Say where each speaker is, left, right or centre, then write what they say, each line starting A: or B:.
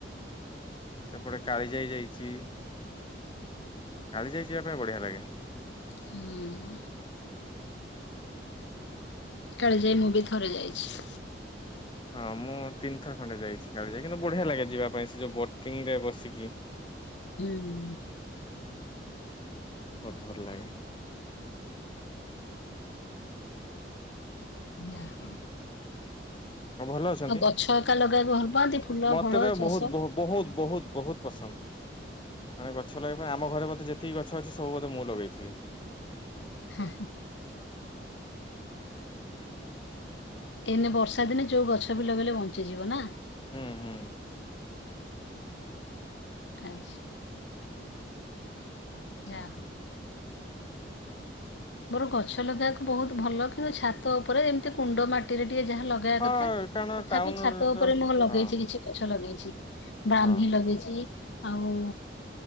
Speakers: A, on the left; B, on the left.
A: ସେପଟେ କାଳି ଯାଇ ଯାଇଚି। କାଳି ଯାଇ ଯିବା ପାଇଁ ବଢିଆ ଲାଗେ।
B: ହୁଁ। କାଳେ ଯାଇ ମୁଁ ବି ଥରେ ଯାଇଚି।
A: ହଁ ମୁଁ ତିନିଥର ଖଣ୍ଡେ ଯାଇଚି କାଳିଜାଇ କିନ୍ତୁ ବଢିଆ ଲାଗେ ଯିବା ପାଇଁ ସେ ଯୋଉ ବୋଟିଙ୍ଗି ରେ ବସିକି।
B: ଉଁହୁଁ।
A: ବଧର ଲାଗେ।
B: ନା ହଁ।
A: ହ ଭଲ ଅଛନ୍ତି?
B: ଗଛ ହକା ଲଗେଇବାକୁ ଭଲ ପାଆନ୍ତି ଫୁଲ
A: ମତେ
B: ଫଳ
A: ତ
B: ଚାଷ
A: ବହୁତ ବହୁତ ବହୁତୁ ବହୁତୁ ବହୁତୁ ପସନ୍ଦ। ମାନେ ଗଛ ଲଗେଇବା ପାଇଁ, ଆମ ଘରେ ଯେତିକି ଗଛ ଅଛି ସବୁ ବୋଧେ ମୁଁ ଲଗେଇିଥିବି।
B: ହୁଁ। ଏନେ ବର୍ଷା ଦିନେ, ଯୋଉ ଗଛ ବି ଲଗେଇଲେ ବଞ୍ଚିଯିବ ନା?
A: ହୁଁ, ହୁଁ।
B: ଆଚ୍ଛା। ଯା ହଉ। ମୋର ଗଛ ଲଗେଇବାକୁ ବହୁତ ଭଲ କିନ୍ତୁ ଛାତ ଉପରେ ଏମିତି କୁଣ୍ଡ ମାଟିରେ ଟିକେ ଯାହା ଲ ଗାଇବା
A: ହଁ
B: କଥା,
A: କାରଣ
B: ତଥାପି
A: ଟାଉନ
B: ଛାତ
A: ତ
B: ଉପରେ ମୁଁ ଲଗେଇଛି
A: ହଁ
B: କିଛି। ଗଛ ଲଗେଇଛି, ବ୍ରାହ୍ମୀ
A: ହଁ
B: ଲଗେଇଛି। ଆଉ